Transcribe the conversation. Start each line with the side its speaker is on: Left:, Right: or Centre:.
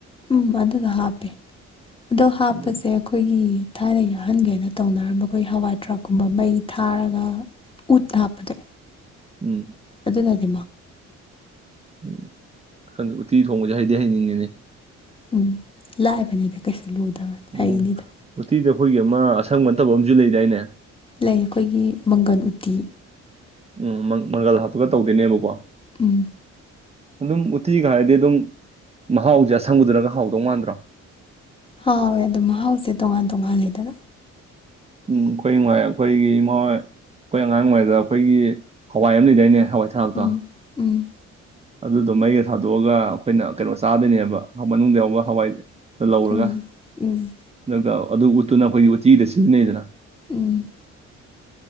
Left: ꯎꯝ ꯑꯗꯨꯗꯣ ꯍꯥꯞꯄꯦ ꯑꯗꯣ ꯍꯥꯞꯄꯁꯦ
Right: ꯎꯝ
Left: ꯑꯩꯈꯣꯏꯒꯤ꯫ ꯊꯥꯏꯅꯒꯤ ꯑꯍꯟꯒꯩꯅ ꯇꯧꯅꯔꯝꯕ ꯑꯩꯈꯣꯏꯒꯤ ꯍꯋꯥꯏ ꯇ꯭ꯔꯥꯛꯀꯨꯝꯕ ꯃꯩ ꯊꯥꯔꯒ꯫ ꯎꯠꯇ ꯍꯥꯞꯄꯗ
Right: ꯎꯝ
Left: ꯑꯗꯨ ꯅ <inaudible>
Right: ꯎꯝ ꯈꯪꯗꯦ ꯎꯇꯤ ꯊꯣꯡꯕꯁꯦ ꯍꯩꯗꯤ ꯍꯩꯅꯤꯡꯉꯤꯅꯦ꯫
Left: ꯎꯝ ꯂꯥꯏꯕꯅꯦꯗ ꯀꯩꯁꯨ ꯂꯨꯗꯕꯅꯤ ꯍꯩꯅꯤꯗ
Right: ꯎꯝ ꯎꯇꯤꯗꯨ ꯑꯩꯈꯣꯏꯒꯤ ꯑꯃ ꯑꯁꯪꯕ ꯅꯠꯇꯕ ꯑꯃꯁꯨ ꯂꯩꯗꯥꯏꯅꯦ꯫
Left: ꯂꯩ ꯑꯩꯈꯣꯏꯒꯤ ꯃꯪꯒꯟ ꯎꯇꯤ꯫
Right: ꯎꯝ ꯃꯪꯒꯜ ꯍꯥꯞꯄꯒ ꯇꯧꯗꯣꯏꯅꯦꯕꯀꯣ꯫
Left: ꯎꯝ
Right: ꯑꯗꯨꯝ ꯎ ꯎꯇꯤꯒ ꯍꯥꯏꯔꯗꯤ ꯑꯗꯨꯝ ꯃꯍꯥꯎꯁꯦ ꯑꯁꯪꯕꯗꯨꯅꯒ ꯍꯥꯎꯗꯧ ꯃꯥꯟꯗ꯭ꯔꯣ
Left: ꯍꯥꯎꯋꯦ ꯑꯗꯨ ꯃꯍꯥꯎꯁꯦ ꯇꯣꯉꯥꯟ ꯇꯣꯉꯥꯟꯂꯤꯗꯅ
Right: ꯎꯝ ꯑꯩꯈꯣꯏ ꯑꯩꯈꯣꯏꯒꯤ ꯏꯃꯥ ꯑꯩꯈꯣꯏ ꯑꯉꯥꯡ ꯑꯣꯏꯉꯩꯗ ꯑꯩꯈꯣꯏꯒꯤ ꯍꯋꯥꯏ ꯑꯃ ꯂꯩꯗꯣꯏꯅꯦ ꯍꯋꯥꯏ ꯊꯔꯥꯛ
Left: ꯎꯝ
Right: ꯇꯣ
Left: ꯎꯝ
Right: ꯑꯗꯨꯗꯣ ꯃꯩꯒ ꯊꯥꯗꯣꯛꯑꯒ ꯑꯩꯈꯣꯏꯅ ꯀꯩꯅꯣ ꯆꯥꯗꯣꯏꯅꯦꯕ ꯃꯅꯨꯡꯗ ꯌꯥꯎꯕ ꯍꯋꯥꯏ ꯂꯧꯔꯒ
Left: ꯎꯝ ꯎꯝ
Right: ꯑꯗꯨꯒ ꯑꯗꯨ ꯎꯠꯇꯨꯅ ꯑꯩꯈꯣꯏꯒꯤ ꯎꯇꯤꯗ ꯁꯤꯖꯤꯟꯅꯩꯗꯅ
Left: ꯎꯝ